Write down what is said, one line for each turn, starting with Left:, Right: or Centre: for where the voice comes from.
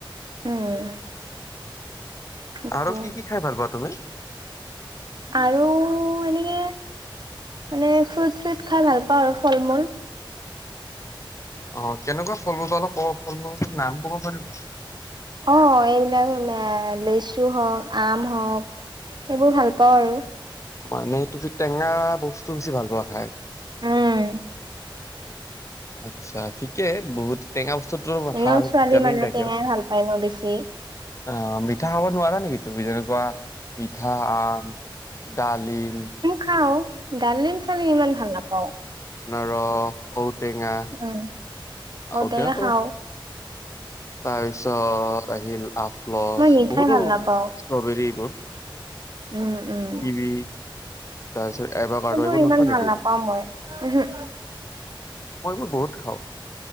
Right: উম। সেইটো
Left: আৰু কি কি খাই ভাল পোৱা তুমি?
Right: আৰু এনেকে মানে ফ্ৰুট-চ্ৰুট খাই ভাল পাওঁ আৰু ফল-মূল।
Left: অ', কেনেকুৱা ফল-মূল বা অলপ ক'ব, ফল-মূলটোৰ নাম ক'ব পাৰিবা?
Right: অ', এইবিলাক আ লেচু হওঁক, আম হওক এইবোৰ ভাল পাওঁ আৰু।
Left: মানে তুমি টেঙা বস্তু বেছি ভাল পোৱা খাই।
Right: উম।
Left: আচ্ছা ঠিকে বহুত টেঙা বস্তুটো
Right: এনেও
Left: ভাল
Right: ছোৱালী
Left: ভিটামিন
Right: মানুহে
Left: থাকে।
Right: টেঙাই ভাল পায় ন বেছি
Left: অ', মিঠা খাব নোৱাৰা নেকি তুমি? যেনেকুৱা মিঠা আম, ডালিম।
Right: খাও। ডালিম-চালিম ইমান ভাল নাপাওঁ।
Left: অনাৰস ঔ টেঙা
Right: উম ঔটেঙা
Left: ঔ টেঙাটো
Right: খাওঁ
Left: তাৰপিছত আহিলোঁ আফলছ
Right: মই মিঠাই
Left: বহুতো
Right: ভাল নাপাওঁ
Left: ষ্ট্ৰবেৰী এইবোৰ।
Right: উম, উম।
Left: কিৱি তাৰপিছত এভাকাডো
Right: সেইবোৰ
Left: এইবোৰ
Right: ইমান
Left: নোখোৱা নেকি?
Right: ভাল নাপাওঁ মই উহ।
Left: মই এইবোৰ বহুত খাওঁ।